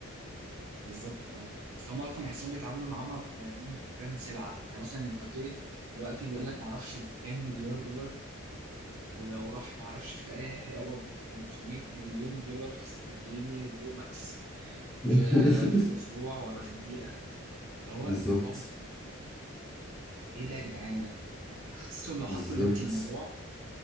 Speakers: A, on the right (about 85°); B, in the centre.
A: بالظبط اه فهم اصلا بحسهم بيتعاملوا معاهم على انهم حرفيا سلعة يعني مثلا امبابي دلوقتي بيقول لك معرفش بكام مليار دولار ولو راح ما اعرفش فرقه إيه هيقبض 500 مليون دولار استرليني برو ماكس
B: <laughs>
A: في في الاسبوع ولا في الدقيقه اللي هو
B: بالظبط
A: الموضوع مب... ايه ده يا جدعان ده يعني حاسسهم لو
B: بالظبط
A: حطوا ليميت للموضوع